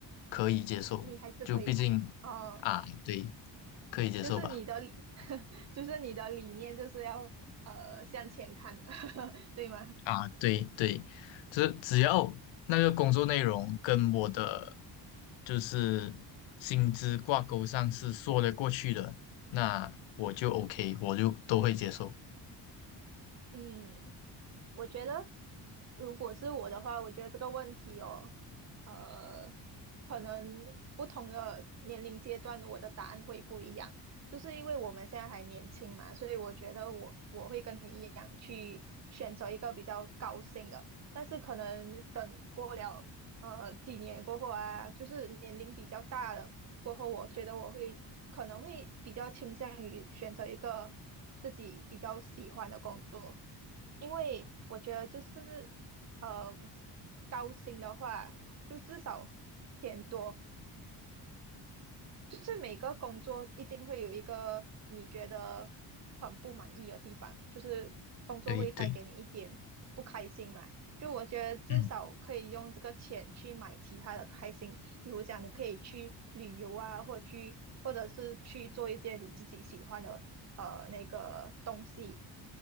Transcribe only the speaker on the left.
可以接受。
就毕竟
啊，对，可以接受吧。
啊，对对，只只要那个工作内容跟我的就是薪资挂钩上是说得过去的，那我就 OK，我就都会接受。
对对，
嗯